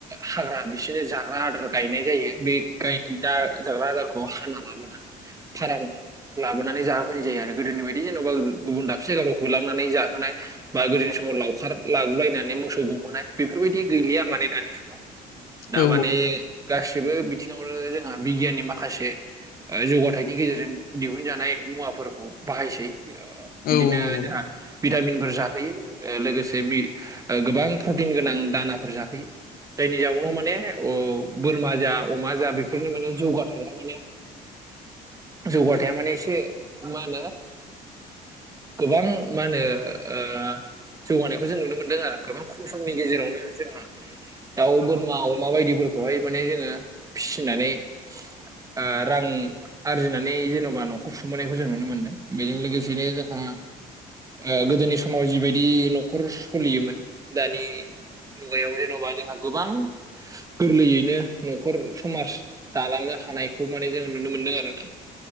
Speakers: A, on the right; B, on the left.
A: हाग्रा बिसोरनि जाग्रा आदार गायनाय जायो बे गाइ जाग्रा आदारखौ हाना लाबोनानै। <unintelligible> लाबोनानै जाहोफैनाय जायो आरो गोदोनि बायदि जेन'बा गुबुन दाबसे जायगाफ्रावखौ लांनानै जाहोनाय। बा गोदोनि समाव लावखार लागुलायनानै मोसौ गहोनाय बेफोरबायदि गैलिया माने दानि समाव। दा
B: औ
A: माने गासिबो बिथिङावनो जोंहा बिगियाननि माखासे आ जौगाथायाइनि गेजेरजों दिहुनजानाय मुवाफोरखौ बाहायसै ओ
B: नंगौ
A: बिदिनो
B: नंगौ
A: जाहा भिटामिनफोर जाहोयो ओ लोगोसे बि ओ गोबां प्रटिन गोनां दानाफोर जाहोयो। जायनि जाउनाव माने ओ बोरमा जा अमा जा बेफोरनि माने जौगा थांला माने जौगाथाया माने एसे मा होनो गोबां मा होनो ओ जौगानायखौ जों नुनो मोनदों आरो गोबां खम समनि गेजेरावनो जोंहा दाउ बोरमा अमा बायदिफोरखौहाय माने जोङो फिसिनानै ओ रां आरजिनानै जेन'बा न'खर सुंबोनायखौ जों नुनो मोन्दों बेजों लोगोसेनो जोंहा ओ गोदोनि समाव जिबायदि न'खर सोलियोमोन दानि मुगायाव जेन'बा जोंहा गोबां गोरलैयैनो न'खर समाज दालांनो हानायखौ माने जोंङो नुनो मोनदों आरोना